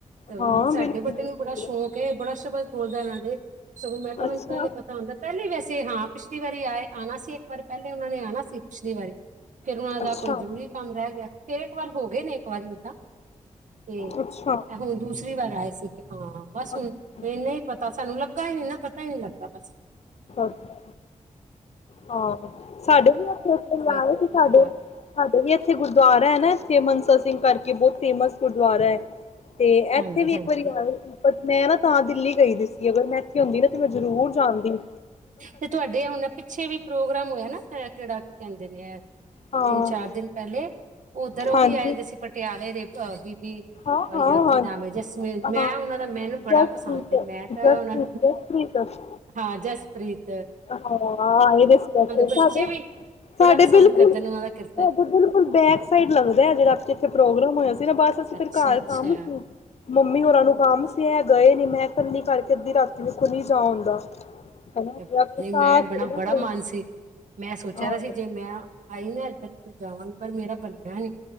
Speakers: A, on the right; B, on the left.
A: ਤੇ ਹੋਰ,
B: ਹਾਂ
A: ਸਾਡੇ
B: ਬਿਲਕੁਲ
A: ਵੱਡੇ
B: ਬਿਲਕੁਲ
A: ਨੂੰ ਬੜਾ ਸ਼ੌਕ ਹੈ। ਬੜਾ ਸ਼ਬਦ ਬੋਲਦਾ ਉਹਨਾਂ ਦੇ ਸਗੋ, ਮੈਂ ਕੇਹਾ
B: ਅੱਛਾ
A: ਮੈਨੂੰ ਪਹਿਲੇ ਹੀ ਪਤਾ ਹੁੰਦਾ, ਪਹਿਲੇ ਹੀ ਵੈਸੇ ਤੇ ਹਾਂ- ਪਿਛਲੀ ਵਾਰੀ ਆਏ ਆਣਾ ਸੀ ਇਕ ਵਾਰ ਪਹਿਲੇ ਉਹਨਾਂ ਨੇ ਆਉਣਾ ਸੀ ਪਿਛਲੀ ਵਾਰੀ, ਫੇਰ ਉਹਨਾਂ ਦਾ
B: ਅੱਛਾ
A: ਕੋਈ ਜ਼ਰੂਰੀ ਕੰਮ ਰਹਿ ਗਿਆ ਫੇਰ ਇਕ ਵਾਰ ਹੋ ਗਏ ਨੇ ਇਕ ਵਾਰੀ ਓਦਾਂ ਤੇ,
B: ਅੱਛਾ
A: ਹੁਣ ਦੂਸਰੀ ਵਾਰ ਆਏ ਸੀਗੇ ਹਾਂ ਬਸ ਹੁਣ
B: ਅੱਛਾ
A: ਇਨਾ ਹੀ ਪਤਾ ਸਾਨੂੰ ਲੱਗਾ ਹੀ ਨਹੀ ਨਾ ਪਤਾ ਹੀ ਨਹੀ ਲਗਾ- <unintelligible>
B: ਅੱਛਾ। ਹਾਂ ਸਾਡੇ ਵੀ ਇਥੇ
A: ਕੀਰਤਨ
B: ਸਾਡੇ-
A: ਦਰਬਾਰ
B: ਸਾਡੇ ਵੀ ਇਥੇ ਗੁਰਦੁਆਰਾ ਨਾ ਇਥੇ ਮਨਸਾ ਸਿੰਘ ਕਰਕੇ ਬਹੁਤ ਫੇਮਸ ਗੁਰਦੁਆਰਾ ਹੈ। ਤੇ
A: ਹਾਂਜੀ
B: ਇੱਥੇ ਵੀ
A: ਹਾਂਜੀ
B: ਇੱਕ ਵਾਰੀ ਆਵੇ ਮੈਂ ਨਾ ਤਾਂ ਦਿੱਲੀ ਗਈ ਦੀ ਸੀ ਅਗਰ ਮੈਂ ਇਥੇ ਹੁੰਦੀ ਨਾ ਤੇ ਮੈਂ ਜ਼ਰੂਰ ਜਾਨਦੀ-
A: ਤੇ ਤੁਹਾਡੇ ਹੁਣ ਪਿੱਛੇ ਵੀ- ਪ੍ਰੋਗਰਾਮ ਹੋਇਆ ਨਾ ਕਿਹੜਾ ਕੀ ਕਹਿੰਦੇ ਨੇ ਐ ਤਿੰਨ
B: ਹਾਂ
A: ਚਾਰ ਦਿਨ ਪਹਿਲੇ ਉੱਧਰ ਉਹ
B: ਹਾਂਜੀ
A: ਵੀ ਆਏ ਦੇ ਸੀ ਪਟਿਆਲੇ ਦੇ ਅਹ ਬੀਬੀ
B: ਹਾਂ ਹਾਂ
A: ਅਹੀਓ
B: ਹਾਂਜੀ
A: ਕੀ ਨਾਮ ਹੈ। ਜਸਪ੍ਰੀਤ ਮੈਂ
B: ਹਾਂ
A: ਉਹਨਾਂ ਦਾ ਮੈਨੂੰ ਬੜਾ
B: ਜਸਟ
A: ਪਸੰਦ
B: ਪ੍ਰੀਤ
A: ਹੈ। ਮੈਂ
B: ਜਸਟ
A: ਤਾਂ ਉਹਨਾਂ
B: ਪ੍ਰੀਤ ਜਸਟ ਪ੍ਰੀਤ
A: ਹਾਂ ਜਸਪ੍ਰੀਤ ਪ੍ਰੀਤ-
B: ਹਾਂ ਸਾਡੇ
A: ਬੱਚੇ ਵੀ ਬੜਾ ਪਸੰਦ
B: ਬਿਲਕੁਲ
A: ਕਰਦੇ ਨੇ ਉਹਨਾਂ ਦਾ ਕੀਰਤਨ
B: ਸਾਡੇ ਬਿਲਕੁਲ ਬੈਕ ਸਾਈਡ ਲਗਦਾ ਜਿਹੜਾ ਜਿਥੇ ਪ੍ਰੋਗਰਾਮ ਹੋਇਆ ਬਸ ਅਸੀ ਫਿਰ
A: ਅੱਛਾ-ਅੱਛਾ
B: ਘਰ ਕੰਮ ਸੀ ਮੰਮੀ ਹੋਰਾਂ ਨੂੰ ਕਮ ਏ ਗਏ ਨੇ ਮੈਂ ਕਿਹਾ ਇਕੱਲੀ ਕਰਕੇ ਅੱਧੀ ਰਾਤੀ ਨੂੰ ਖੁਦ ਜਾਣ ਹਨਾ- ਨਾ
A: ਨਹੀ ਮੈਂ
B: ਕੋਈ ਹਾਂ
A: ਬੜਾ ਮਨ ਸੀ ਮੈਂ ਸੋਚਿਆ
B: ਹਾਂ
A: ਤਾਂ ਸੀ ਜੇ ਮੈਂ ਆਈ ਇੱਧਰ ਤੇ ਮੈਂ ਜਾਵਾਂਗੀ ਪਰ ਮੇਰਾ ਬਣਿਆ ਨਹੀ